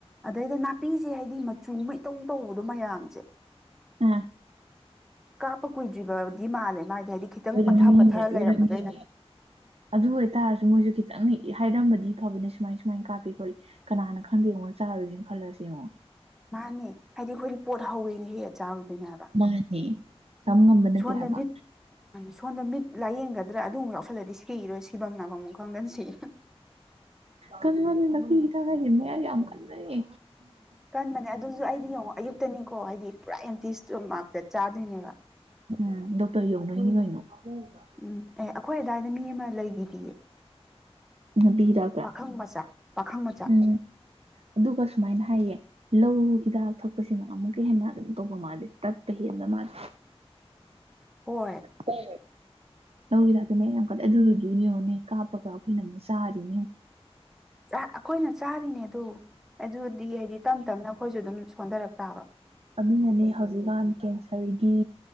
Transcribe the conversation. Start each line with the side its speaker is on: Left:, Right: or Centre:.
Centre: ꯑꯗꯩꯗ ꯅꯥꯄꯤꯁꯦ ꯍꯥꯏꯗꯤ ꯃꯆꯨ ꯃꯩꯇꯧ ꯇꯧꯕꯗꯣ ꯃꯌꯥꯝꯁꯦ
Right: ꯑꯝ
Centre: ꯀꯥꯞꯄ ꯀꯨꯏꯗ꯭ꯔꯤꯕꯗꯤ ꯃꯥꯜꯂꯦ ꯃꯥꯗꯤ ꯍꯥꯏꯗꯤ ꯈꯤꯇꯪ
Right: ꯑꯣꯏꯔꯝꯅꯤꯅꯦ
Centre: ꯄꯠꯊ ꯄꯠꯊ
Right: ꯑꯣꯏꯔꯝꯅꯤꯅꯦ
Centre: ꯂꯩꯔꯝꯕꯗ ꯑꯩꯅ
Right: ꯑꯗꯨ ꯑꯣꯏꯇꯥꯔꯁꯨ ꯃꯣꯏꯁꯨ ꯈꯤꯇꯪ ꯍꯥꯏꯔꯃꯗꯤ ꯐꯕꯅꯦ ꯁꯨꯃꯥꯏ ꯁꯨꯃꯥꯏꯅ ꯀꯥꯞꯄꯦ ꯈꯣꯠꯂꯤ ꯀꯅꯥ ꯈꯪꯗꯦ ꯌꯦꯡꯉꯣ ꯆꯥꯔꯨꯔꯅ ꯈꯜꯂꯁꯤ ꯌꯦꯡꯉꯣ
Centre: ꯃꯥꯅꯦ ꯍꯥꯏꯗꯤ ꯑꯩꯈꯣꯏꯗꯤ ꯄꯣꯠ ꯍꯧꯋꯦ ꯍꯦꯛ ꯆꯥꯔꯨꯗꯣꯏꯅꯦꯕ
Right: ꯃꯥꯅꯦ ꯇꯝ ꯉꯝꯕ ꯅꯠꯇꯦ
Centre: ꯁꯣꯟꯗ
Right: ꯍꯥꯏꯕ
Centre: ꯃꯤꯠ ꯁꯣꯝꯗ ꯃꯤꯠ ꯂꯥꯏꯌꯦꯡꯒꯗ꯭ꯔꯥ ꯑꯗꯨꯃꯨꯛ ꯌꯥꯎꯁꯜꯂꯗꯤ ꯁꯤꯏꯔꯣꯏ ꯁꯤꯐꯝꯝꯅꯕ ꯑꯃꯨꯛ ꯈꯪꯗꯅ ꯁꯤꯏ
Right: ꯀꯅꯥꯅ ꯂꯝꯄꯤꯒꯤꯗ ꯍꯥꯏꯁꯦ ꯃꯌꯥ ꯌꯥꯝ ꯀꯟꯅꯟꯅꯅꯤ
Centre: ꯀꯟꯕꯅꯦ ꯑꯗꯨꯁꯨ ꯑꯩꯗꯤ ꯌꯦꯡꯉꯣ ꯑꯌꯨꯛꯇꯅꯤꯀꯣ ꯍꯥꯏꯗꯤ ꯄꯨꯔꯥ ꯑꯦꯝꯇꯤ ꯏꯁꯇꯣꯃꯥꯛꯇ ꯆꯥꯗꯣꯏꯅꯦꯕ
Right: ꯎꯝ ꯗꯣꯛꯇꯔ ꯌꯧꯅꯣꯏꯅꯤ ꯀꯩꯅꯣ ꯍ ꯂꯥꯛꯦ
Centre: ꯎꯝ ꯑꯦ ꯑꯩꯈꯣꯏ ꯑꯗꯥꯋꯥꯏꯗ ꯃꯤ ꯑꯃ ꯂꯩꯈꯤ
Right: ꯅꯥꯕꯤꯔꯛꯑꯒ
Centre: ꯄꯥꯈꯪ ꯃꯆꯥ ꯄꯥꯈꯪ ꯃꯆꯥ
Right: ꯎꯝ ꯑꯗꯨꯒ ꯁꯨꯃꯥꯏꯅ ꯍꯥꯏꯌꯦ ꯂꯧ ꯍꯤꯗꯥꯛ ꯊꯛꯄꯁꯤꯅ ꯑꯃꯨꯛꯀ ꯍꯦꯟꯅ ꯀꯩꯅꯣ ꯇꯧꯕ ꯃꯥꯜꯜꯂꯤꯦ ꯇꯠꯄ ꯍꯦꯟꯅ ꯃꯥꯜꯂꯦ
Centre: ꯍꯣꯏ
Right: ꯍ ꯂꯧꯔꯤ ꯂꯥꯛꯇ ꯃ ꯌꯥꯝ ꯀꯠꯂ ꯑꯗꯨꯔꯨꯗꯣꯏꯅꯦꯉꯣꯅꯦ ꯀꯥꯞꯄꯒ ꯑꯩꯈꯣꯏꯅ ꯑꯃꯨꯛ ꯆꯥꯔꯤꯅꯤ ꯑꯃꯨꯛ
Centre: ꯑꯩꯈꯣꯏꯅ ꯆꯥꯔꯤꯅꯦꯗꯣ ꯑꯗꯨꯗꯤ ꯍꯥꯏꯗꯤ ꯇꯞ ꯇꯞꯅ ꯑꯩꯈꯣꯏꯁꯨ ꯑꯗꯨꯝ ꯁꯣꯟꯊꯔꯛꯄ ꯇꯕ
Right: ꯑꯗꯨꯅꯅꯦ ꯍꯧꯖꯤꯛꯀꯥꯟ ꯀꯦꯟꯁꯔꯒꯤ